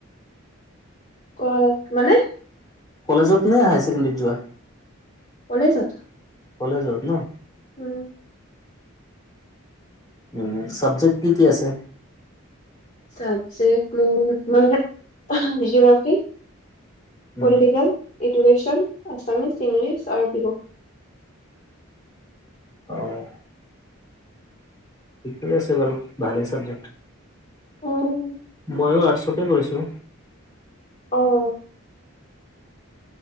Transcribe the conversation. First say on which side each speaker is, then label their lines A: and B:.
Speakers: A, on the left; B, on the left.
A: ক‌ওক, মানে?
B: কলেজত নে হাই ছেকেণ্ডেৰীত যোৱা?
A: কলেজত।
B: কলেজত ন?
A: উম
B: উ' চাবজেক্ট কি কি আছে?
A: চাবজেক্ট মোৰ <unintelligible> geography
B: um
A: political, education, Assamese, English আৰু বিহু।
B: অ' ঠিকে আছে বাৰু, ভালেই চাবজেক্ট।
A: উম
B: মইয়ো আৰ্টছটে পৰিছোঁ।
A: অঁ